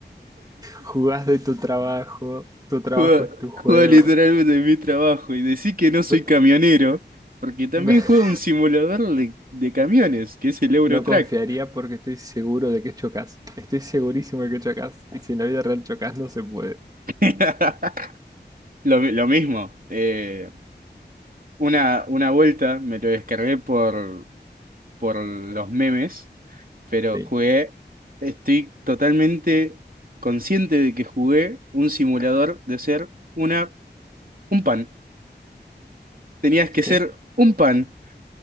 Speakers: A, on the right (about 20°); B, on the right (about 50°).
A: Jugás de tu trabajo, tu trabajo
B: Juego,
A: es tu juego.
B: juego literalmente mi trabajo y decir que no
A: Ve-
B: soy camionero, porque también
A: ve-
B: juego un simulador de, de camiones, que es el Eurotrack.
A: No confiaría porque estoy seguro de que chocas. Estoy segurísimo de que chocas. Y si en la vida real chocas, no se puede.
B: <laughs> Lo, lo mismo. eh, una, una vuelta me lo descargué por, por los memes, pero
A: Sí.
B: jugué. Estoy totalmente consciente de que jugué un simulador de ser una, un pan. Tenías que
A: ¿Qué?
B: ser un pan.